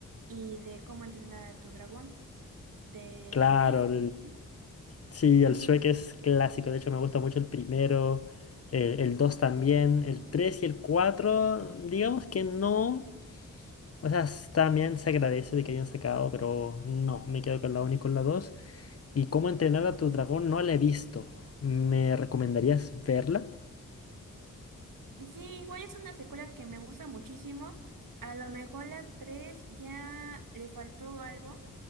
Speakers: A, on the right (about 75°); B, on the left (about 45°).
A: y de cómo entrenar a tu dragón de
B: Claro,
A: Disney.
B: Sí,
A: Ujú.
B: el Shrek es clásico, de hecho me gusta mucho el primero, eh, el 2 también, el 3 y el 4. digamos que no, o sea, s- también se agradece de que hayan sacado, pero no, me quedo con la uno y con la 2. Y cómo entrenar a tu dragón no la he visto, ¿me recomendarías verla?
A: Sí, igual es una secuela que me gusta muchísimo. A lo mejor la 3 ya le faltó algo,